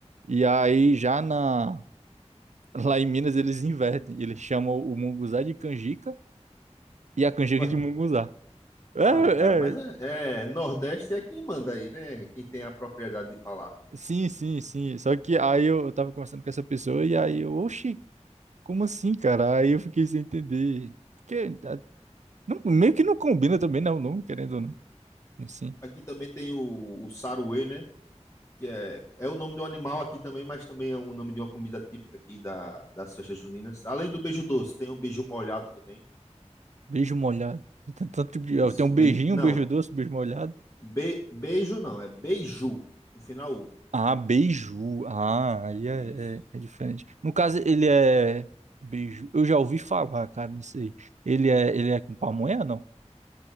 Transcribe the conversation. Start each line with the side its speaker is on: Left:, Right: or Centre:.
Right: E aí já na <laughs> lá em Minas eles invertem, eles chamam o munguzá de canjica e a canjica
Left: Ué,
Right: de munguzá. É,
Left: ah, cara, mas
Right: é,
Left: é, é, Nordeste é quem manda aí, né? Quem tem a propriedade de falar.
Right: sim, sim, sim. Só que aí eu, eu tava conversando com essa pessoa e aí eu, oxi, como assim, cara? Aí eu fiquei sem entender. Porque tá, não- meio que não combina também, não, não, querendo ou não. Assim,
Left: Aqui também tem o, o saruê, né? Que é, é o nome de um animal aqui também, mas também é o nome de uma comida típica aqui da, das festas juninas. Além do beijo doce, tem o beijo molhado também.
Right: beijo molhado. Tem Tanto, tipo de-
Left: Isso.
Right: eu tenho um
Left: Beijo,
Right: beijinho,
Left: não,
Right: um beijo doce, um beijo molhado.
Left: Be, beijo não, é beiju, com final U.
Right: Ah, beiju. Ah, aí é,
Left: Isso.
Right: é, é diferente. No caso, ele é beiju. Eu já ouvi falar, cara, nisso aí. Ele é, ele é com pamonha, não?